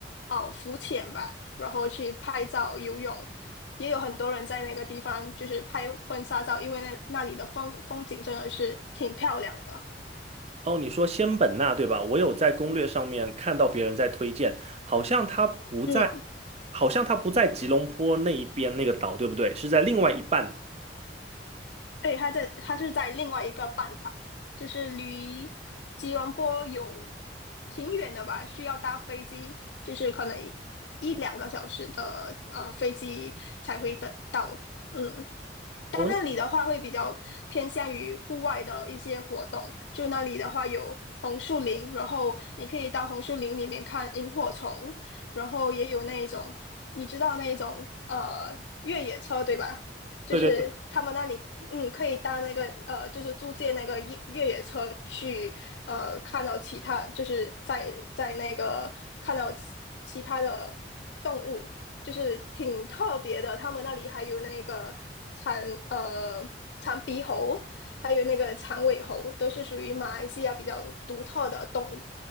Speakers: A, on the left (about 75°); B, on the right (about 35°).
A: 哦浮潜吧，然后去拍照、游泳，也有很多人在那个地方就是拍婚纱照，因为那那里的风风景真的是挺漂亮的，
B: 哦，你说仙本那对吧？我有在攻略上面看到别人在推荐，好像它不在，
A: 嗯。
B: 好像它不在吉隆坡那一边那个岛，对不对？是在另外一半。
A: 对，他在他是在另外一个半岛，就是离吉隆坡有挺远的吧，需要搭飞机，就是可能一一两个小时的呃飞机才会得到。嗯，但那里的话会比较偏向于户外的一些活动，
B: 哦，
A: 就那里的话有红树林，然后你可以到红树林里面看萤火虫，然后也有那种你知道那种呃越野车对吧？就是他们那里嗯可以搭那个呃就是租借那个越越野车去呃看到其他就是在在那个看到其其他的动物，
B: 那
A: 就是挺特别的。他们那里还有那个长呃长鼻猴，还有那个长尾猴，都是属于马来西亚比较独特的动物。